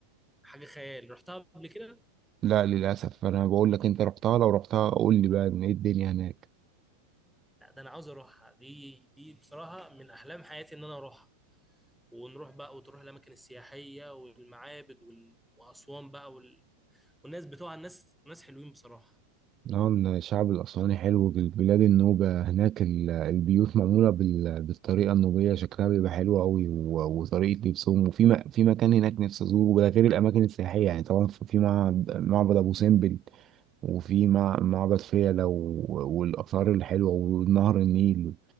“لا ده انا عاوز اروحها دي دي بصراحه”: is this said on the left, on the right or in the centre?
Centre